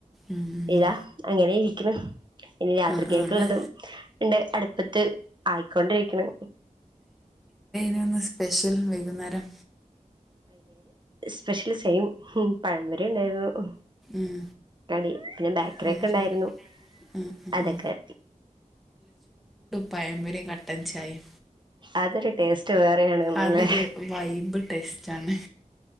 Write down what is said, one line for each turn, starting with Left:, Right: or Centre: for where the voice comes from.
Centre: ഉം ഉം
Right: ഇതാ
Centre: ഉം
Right: അങ്ങനെ ഇരിക്കുന്നു പിന്നെ രാത്രികൊക്ക
Centre: ആഹ് ആഹ് ഇന്ന്
Right: ഉള്ളതും ഉണ്ട് <unintelligible> അടുപ്പത്തു ആയിക്കൊണ്ടിരികണ്
Centre: ഇന്നെന്താ സ്പെഷ്യൽ രിക്കൽ വൈകുന്നേരം
Right: സ്പെഷ്യല് സെയിം ഉം പഴംമ്പൊരി ഉണ്ടായിരുന്നു
Centre: ഉം
Right: കടി പിന്നെ ബേക്കറി
Centre: അത് ശരി ആ ആ
Right: ഒക്കെ ഇണ്ടായിരുന്നു
Centre: ആ
Right: അതൊക്കെ
Centre: പഴംപൊരി കട്ടൻ ചായെം
Right: ഹാജറ് ടേസ്റ്റ് വേറെയാണ്ന്നല്ലേ
Centre: അതൊരു വൈബ് ടേസ്റ്റാണ്